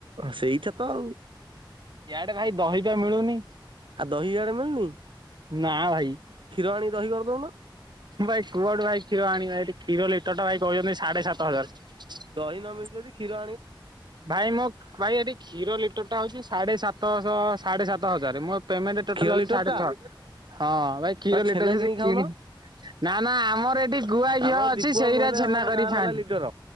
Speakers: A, on the right; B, on the right.
A: ସେଇଟା ତ ଆଉ।
B: ୟଆଡେ ଭାଇ ଦହିପା ମିଳୁନି।
A: ଆଉ ଦହି ଆଡେ ମିଳୁନି?
B: ନା ଭାଇ।
A: ପାଣି କି ଦହିକରି ଦଉନା।
B: ଭାଇ କୁଆଠୁ ଭାଇ କ୍ଷୀର ଆଣିବି ଏଠି କ୍ଷୀର ଲିଟର ଟା ଭାଇ କହୁଛନ୍ତି ସାଢେ ସାତ ହଜାର।
A: ନମିଳୁଛି ଯଦି ଖୀର
B: ଭାଇ ମୋ ଭାଇ ଏଠି କ୍ଷୀର ଲିଟର ଟା ହଉଛି ସାଢେ ସାତ ଶହ ସାଢେ ସାତ ହଜାର ମୋ ପ୍ରେମେଟେ ଟୋଟାଲେ
A: କ୍ଷୀର
B: ହେଉଛି
A: ଲିଟର
B: ସାଢେ
A: ଟା
B: ଛ ହଁ ଭାଇ ଖିରଲିର
A: ନା ଛେନା
B: ଯଦି
A: କିଣିକି ଖାଉନ
B: କିଣି ବି ନା ନା ଆମର ଏଠି ଗୁଆ ଘିଅ
A: ଆମର
B: ଅଛି
A: ଦୀପୁଆ
B: ସେଇରା
A: ମୁଁ ହେଲେ
B: ଛେନା
A: ଆମର
B: କରିକି
A: ଗାଁ ର
B: ଖାଆନ୍ତି।
A: ହେଲା ଲିଡର